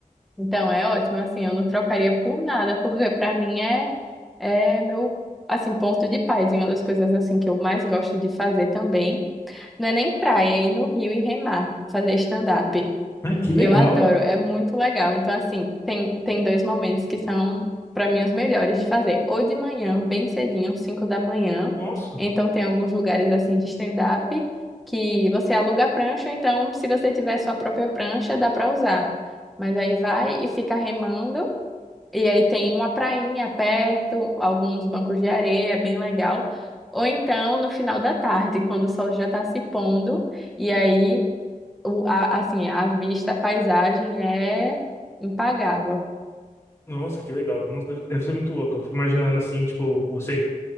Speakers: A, in the centre; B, on the left.
A: Então, é ótimo, assim, eu não trocaria por nada, porque para mim é é meu assim ponto de paz, e uma das coisas assim que eu mais gosto de fazer também. Não é nem praia, é ir no rio e remar, fazer stand-up.
B: Ai, que
A: Eu
B: legal!
A: adoro, é muito legal. Então, assim, tem, tem dois momentos que são, para mim, os melhores de fazer. Ou de manhã, bem cedinho, cinco da manhã.
B: Nossa,
A: Então, tem alguns lugares, assim, de stand-up que você aluga a prancha. Então, se você tiver sua própria prancha, dá para usar. Mas aí vai e fica remando. E aí tem uma prainha perto, alguns bancos de areia, é bem legal. Ou então, no final da tarde, quando o sol já está se pondo. E aí o- a- assim, a vista, a paisagem é impagável.
B: nossa, que legal. Nossa, deve, deve ser muito louco. Eu fico imaginando, assim, tipo, você